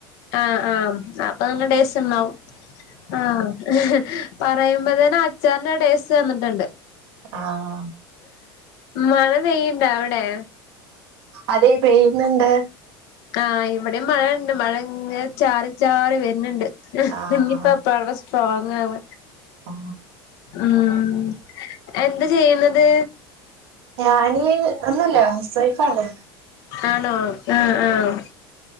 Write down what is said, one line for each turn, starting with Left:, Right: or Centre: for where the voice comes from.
Left: ആ ആഹ് അപ്പൊ നല്ല ടേസ്റ്റ് ഉണ്ടാവും ആഹ് പറയുമ്പോതന്നെ അച്ചാറിന്റെ ടേസ്റ്റ് വന്നിട്ടുണ്ട്
Right: ആഹ്
Left: മഴ പെയ്യണ്ടാ അവിടെ
Right: അതെ പെയ്യുന്നുണ്ട്
Left: ആ ഇവിടെ മഴണ്ട് മഴ ഇങ്ങെനെ ചാറി ചാറി വരുണ്ണ്ട് മ്മ്ഹ്
Right: ആഹ്
Left: ഞ്ഞിപ്പ പ്പളാവടെ സ്ട്രോങ്ങ്‌ ആവ
Right: <inaudible>
Left: ഉം എന്താ ചെയ്യുന്നത്
Right: ഞാന് ഒന്നുല്ല ഹൗസ് വൈഫാണ്
Left: ആണോ ആഹ് ആഹ്